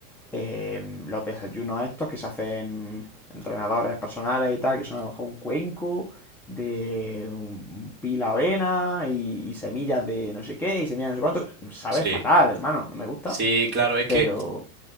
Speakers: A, in the centre; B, on the right.
A: eh, los desayunos estos que se hacen entrenadores personales y tal, que son a lo mejor un cuenco de un pila avena y, y semillas de no sé qué y semillas de no sé cuánto. Sabe
B: sí,
A: fatal, hermano, no me gusta,
B: sí, claro, es que,
A: pero